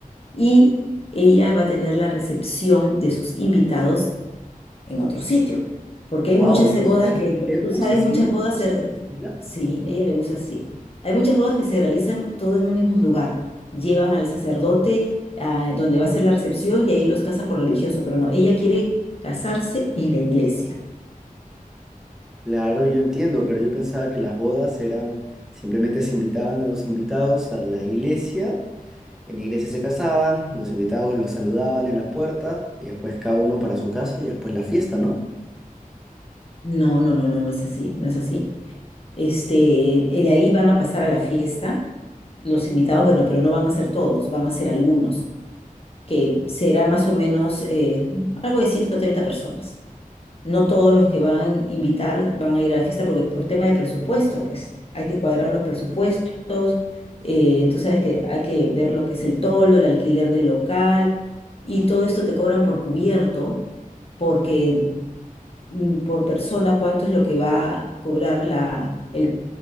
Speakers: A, on the left (about 40°); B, in the centre.
A: y ella va a tener la recepción de sus invitados en otro sitio. Porque
B: Wow,
A: hay muchas
B: ¿y
A: eh,
B: eso
A: bodas
B: es
A: que,
B: muy
A: como
B: lejos,
A: tú sabes,
B: así
A: muchas bodas se... re-
B: de estilo?
A: Sí, a ella le gusta así. Hay muchas bodas que se realizan todo en un mismo lugar. Llevan al sacerdote a donde va a ser la recepción y ahí los casa por religioso. Pero no, ella quiere casarse en la iglesia.
B: Claro, yo entiendo, pero yo pensaba que las bodas eran simplemente se invitaban a los invitados a la iglesia, en la iglesia se casaban, los invitados los saludaban en la puerta y después cada uno para su casa y después la fiesta, ¿no?
A: No, no, no, no, no es así, no es así. Este, y de ahí van a pasar a la fiesta los invitados, bueno, pero no van a ser todos, van a ser algunos, que será más o menos eh, algo de 130 personas. No todos los que van a invitar van a ir a la fiesta porque por tema de presupuesto, pues hay que cuadrar los presupuestos. eh, tú sabes que hay que ver lo que es el toldo, el alquiler del local y todo esto te cobran por cubierto, porque mm, por persona cuánto es lo que va a cobrar la, el,